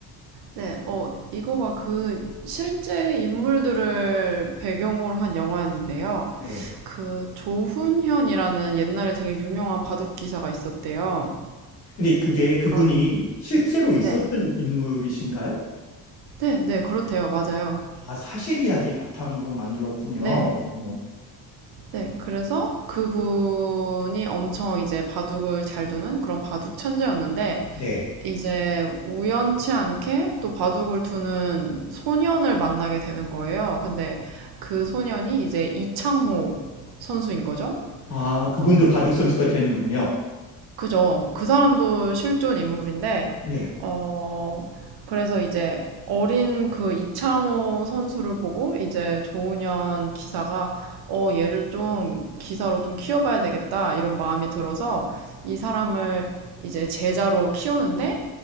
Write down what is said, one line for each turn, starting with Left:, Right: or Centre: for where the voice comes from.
Right: 네, 어, 이거가 그 실제 인물들을 배경으로 한 영화였는데요.
Left: 네.
Right: 그 조훈현이라는 옛날에 되게 유명한 바둑 기사가 있었대요.
Left: 근데 그게 그분이
Right: 어,
Left: 실제로 있었던
Right: 네.
Left: 인물이신가요?
Right: 네, 네, 그렇대요. 맞아요.
Left: 아, 사실 이야기 바탕으로 만들었군요.
Right: 네.
Left: 오.
Right: 네, 그래서 그분이 엄청 이제 바둑을 잘 두는 그런 바둑 천재였는데
Left: 네.
Right: 이제 우연치 않게 또 바둑을 두는 소년을 만나게 되는 거예요. 근데 그 소년이 이제 이창호 선수인 거죠.
Left: 아, 그분도
Right: 어,
Left: 바둑 선수가 되는군요.
Right: 그죠. 그 사람도 실존 인물인데,
Left: 네.
Right: 어, 그래서 이제 어린 그 이창호 선수를 보고 이제 조훈현 기사가 어, 얘를 좀 기사로 좀 키워봐야 되겠다 이런 마음이 들어서 이 사람을 이제 제자로 키우는데